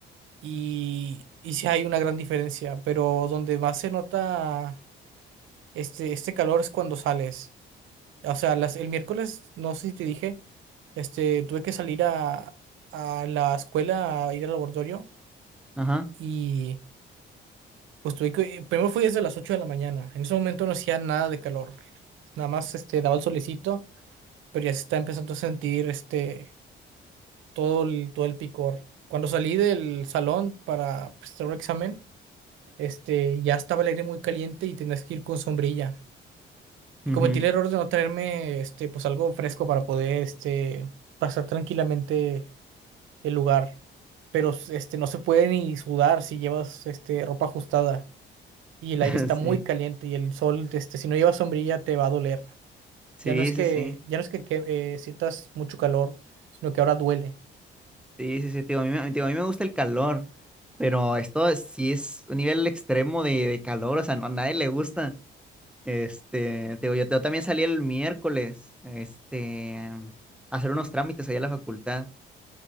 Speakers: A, on the right (about 80°); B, in the centre.
A: y, y sí hay una gran diferencia, pero donde más se nota este, este calor es cuando sales. O sea, las, el miércoles, no sé si te dije, este, tuve que salir a, a la escuela, a ir al laboratorio
B: Ajá.
A: y pues tuve que, eh, primero fui desde las 8 de la mañana. En ese momento no hacía nada de calor, nada más este, daba el solecito, pero ya se está empezando a sentir este, todo el, todo el picor. Cuando salí del salón para prestar un examen, este, ya estaba el aire muy caliente y tenías que ir con sombrilla. Y
B: ujú.
A: cometí el error de no traerme, este, pues algo fresco para poder, este, pasar tranquilamente el lugar. Pero, este, no se puede ni sudar si llevas, este, ropa ajustada y el
B: <laughs>
A: aire está
B: Sí.
A: muy caliente y el sol, este, si no llevas sombrilla te va a doler.
B: Sí,
A: Ya no es que,
B: sí, sí.
A: ya no es que, que, eh, sientas mucho calor, sino que ahora duele.
B: Sí, sí, sí. Tío, a mí, me- digo, a mí me gusta el calor, pero esto sí es un nivel extremo de, de calor, o sea, no, a nadie le gusta. Este, te digo, yo, yo también salí el miércoles, este, a hacer unos trámites ahí a la facultad.